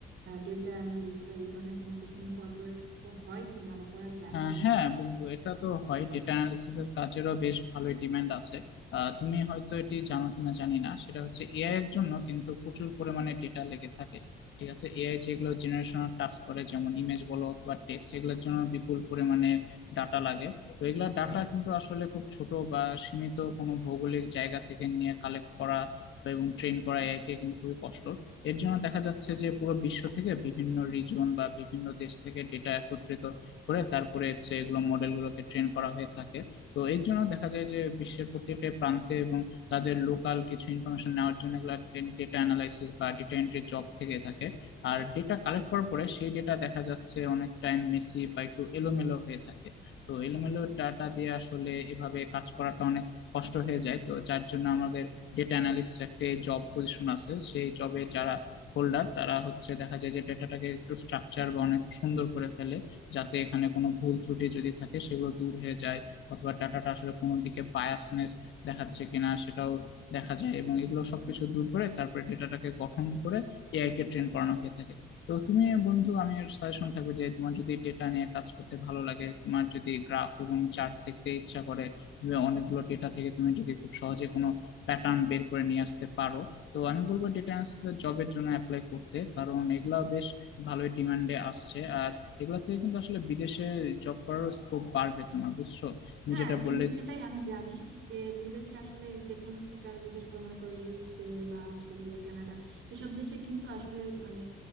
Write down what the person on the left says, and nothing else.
আহ
হ্যাঁ বন্ধু এটা তো হয় ডেটা অ্যানালিসিস এর কাজেরও বেশ ভালোই ডিমান্ড আছে আহ, তুমি হয়তো এটি জানো কিনা জানি না সেটা হচ্ছে এআই এর জন্য কিন্তু প্রচুর পরিমাণে ডেটা লেগে থাকে ঠিক আছে এআই যেগুলো জেনারেশনাল টাস্ক করে যেমন ইমেজ বলো অথবা টেক্সট এগুলোর জন্য বিপুল পরিমাণে ডাটা লাগে তো এগুলা ডাটা কিন্তু আসলে খুব ছোট বা সীমিত কোনো ভৌগোলিক জায়গা থেকে নিয়ে কালেক্ট করা বা এবং ট্রেন করা এআই কে কিন্তু খুবই কষ্ট এর জন্য দেখা যাচ্ছে যে পুরো বিশ্ব থেকে বিভিন্ন রিজন বা বিভিন্ন দেশ থেকে ডেটা একত্রিত করে তারপরে হচ্ছে এগুলো মডেলগুলোকে ট্রেন করা হয়ে থাকে তো এর জন্য দেখা যায় যে বিশ্বের প্রত্যেকটা প্রান্তে এবং তাদের লোকাল কিছু ইনফরমেশন নেওয়ার জন্য এগুলো ডেটা অ্যানালাইসিস বা ডেটা এন্ট্রি জব থেকে থাকে আর ডেটা কালেক্ট করার পরে সেই ডেটা দেখা যাচ্ছে অনেক টাইম মেসি বা একটু এলোমেলো হয়ে থাকে তো এলোমেলো ডাটা দিয়ে আসলে এভাবে কাজ করাটা অনেক কষ্ট হয়ে যায় তো যার জন্য আমাদের ডেটা অ্যানালিস্ট একটা জব পজিশন আছে সেই জবে যারা হোল্ডার তারা হচ্ছে দেখা যায় যে ডেটাটাকে একটু স্ট্রাকচার বা অনেক সুন্দর করে ফেলে যাতে এখানে কোনো ভুল ত্রুটি যদি থাকে সেগুলো দূর হয়ে যায় অথবা ডাটাটা আসলে কোনো দিকে বায়াসনেস দেখাচ্ছে কিনা সেটাও দেখা যায় এবং এগুলো সবকিছু দূর করে তারপরে ডেটাটাকে গঠন করে এআই কে ট্রেন করানো হয়ে থাকে তো তুমি বন্ধু আমি সাজেশন থাকবে যে তোমার যদি ডেটা নিয়ে কাজ করতে ভালো লাগে তোমার যদি গ্রাফ এবং চার্ট দেখতে ইচ্ছা করে তুমি অনেকগুলো ডেটা থেকে তুমি যদি খুব সহজে কোনো প্যাটার্ন বের করে নিয়ে আসতে পারো তো আমি বলবো ডেটা অ্যানালিসিস জবের জন্য অ্যাপ্লাই করতে কারণ এগুলা বেশ ভালোই ডিমান্ডে আসছে আর এগুলা থেকে কিন্তু আসলে বিদেশে জব করার স্কোপ বাড়বে তোমার বুঝছো তুমি
যেটা
বললে